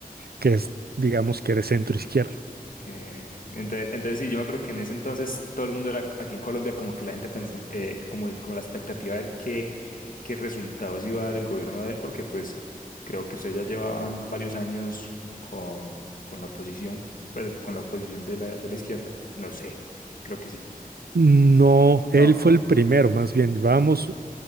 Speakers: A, on the right (about 90°); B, on the left (about 60°).
A: que es, digamos que de centro izquierda.
B: eh, entonces, entonces sí, yo me acuerdo que en ese entonces todo el mundo era aquí en Colombia como que la gente pensó, eh, como, como la expectativa de ver qué, qué resultados iba a dar el gobierno de él, porque pues creo que ustedes ya llevaban varios años con, con la oposición, pues, con la oposición de la, de la izquierda, no sé, creo que sí.
A: No, él
B: No.
A: fue el primero, más bien. Vamos,